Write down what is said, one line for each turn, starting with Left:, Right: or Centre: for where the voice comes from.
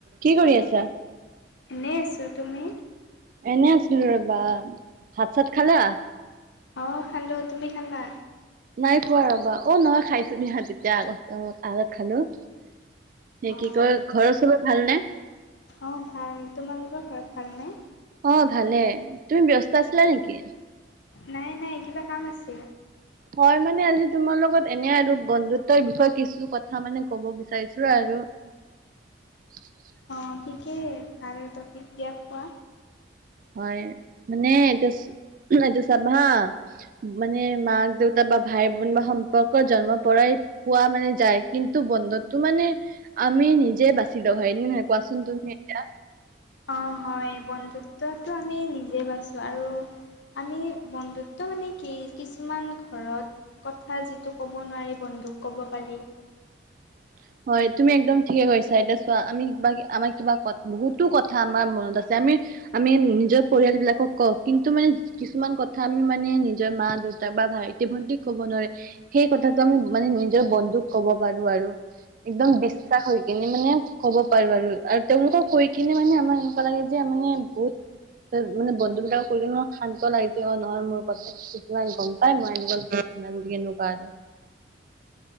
Right: কি কৰি আছা?
Left: এনেই আছো। তুমি?
Right: এনে আছিলো ৰবা। ভাত-চাত খালা।
Left: অঁ খালো। তুমি খালা?
Right: নাই খোৱা ৰবা। অ' নহয় খাইছো ইহঁততিয়া আগতে আগত খালো। সেই
Left: অঁ
Right: কি কয়, ঘৰৰ চবেৰে ভালনে?
Left: অঁ ভাল, তোমালোকৰ ঘৰত ভালনে?
Right: অ' ভালে। তুমি ব্যস্ত আছিলা নেকি?
Left: নাই, নাই কিবা কাম আছে।
Right: হয় মানে আজি তোমাৰ লগত এনে আৰু বন্ধুত্বৰ বিষয়ে কিছু কথা মানে কব বিচাৰিছো আৰু। <unintelligible>
Left: অঁ ঠিকেই ভাল টপিক দিয়া কোৱা।
Right: হয় মানে এতিয়া। এইটো চাব হা মানে মাক দেউতা বা ভাই বন বা সম্পৰ্ক জন্মৰ পৰাই। পোৱা মানে যায় কিন্তু বন্ধুতটো মানে আমি নিজে বাচি লোৱা হয় এনে নহয় কোৱাচোন তুমি। এতিয়া।
Left: অ হয় বন্ধুত্বটো আমি নিজে বাচো আৰু। আমি বন্ধুত্ব মানে কি কিছুমান ঘৰত কথা যিটো ক'ব নোৱাৰি বন্ধু। দুক ক'ব পাৰি।
Right: <inaudible> হয় তুমি একদম ঠিকে কছা এতিয়া চোৱা আমি কিবা আমাৰ কিবা ক বহুতো কথা আমাৰ মনত আছে। আমি আমি নিজৰ পৰিয়াল বিলাকক কওঁ কিন্তু মানে কিছুমান কথা আমি মানে নিজৰ মা দেউতা। বা ভাইটি ভন্টিক ক'ব নোৱাৰে। সেই কথাটো আমি মানে নিজৰ বন্ধুক ক'ব পাৰো আৰু। একদম বিশ্বাস হৈ কিনে মানে কব পাৰো আৰু আৰু তেওঁলোকক কৈ কিনে মানে আমাক এনেকুৱা লাগে যে মানে বহুত ত মানে বন্ধু বিলাকক কৈ কিনে মোৰ শান্ত লাগে যে অ নহয় মোৰ কথা কিমান গম পাই মই এনেকুৱা বুলি এনেকুৱা আৰু।